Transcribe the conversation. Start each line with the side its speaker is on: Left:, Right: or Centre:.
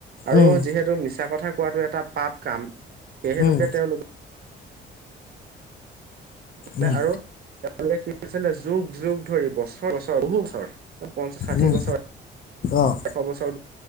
Right: আৰু
Left: উম,
Right: যিহেতু মিছা কথা কোৱাটো এটা পাপ কাম সেই হেতুকে
Left: উম,
Right: তেওঁলোকে
Left: উম,
Right: আৰু তেওঁলোকে কি কৰিছিলে যুগ যুগ ধৰি বছৰ বছৰ বহু বছৰ পঞ্চাশ ষাঠি
Left: উম,
Right: বছৰ
Left: অ',
Right: এশ বছৰ